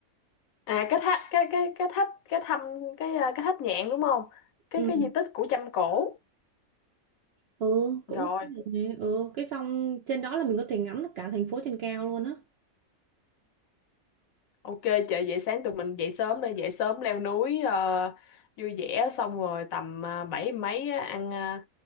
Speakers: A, on the left; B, on the right.
A: à cái tháp cái cái cái tháp cái thăm cái à, cái tháp nhạn đúng không cái
B: ừ,
A: cái di tích của Chăm Cổ
B: ừ cũng
A: rồi
B: ừ cái xong trên đó là mình có thể ngắm được cả thành phố trên cao luôn á
A: Ok chị vậy sáng tụi mình dậy sớm đây dậy sớm leo núi ờ, vui vẻ xong rồi tầm ờ, bảy mấy á, ăn ờ,